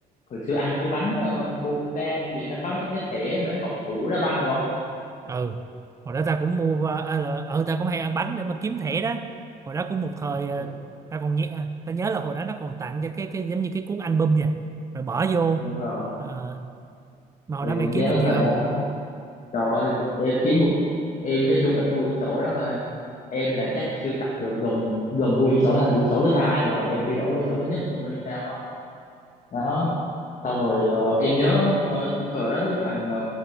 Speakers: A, on the left; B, on the right.
A: hồi xưa ăn cái bánh ờ, Boca hay gì nó có mấy cái thẻ mà cầu thủ đá banh đúng không?
B: Ừ. Hồi đó ta cũng mua ờ à, là- ờ, ta cũng hay ăn bánh để mà kiếm thẻ đó. Hồi đó cũng một thời ờ,
A: Trời,
B: ta còn nhẹ à, ta nhớ là hồi đó nó còn tặng cho cái cái giống như cái cuốn album nha. Rồi bỏ vô.
A: đúng rồi,
B: Ờ, mà hồi
A: em
B: đó
A: vẫn
B: mày kiếm
A: nhớ
B: được nhiều
A: thời
B: không?
A: đó Trời ơi, em kiếm một em nói chung là cái quyển sổ đó thôi à. em là chắc sưu tập được gần gần quyển sổ thành quyển sổ thứ hai rồi em đi đổi quyển sổ thứ nhất luôn hay sao á đó. xong rồi ờ, em nhớ ờ, thời đó cái thằng ờ,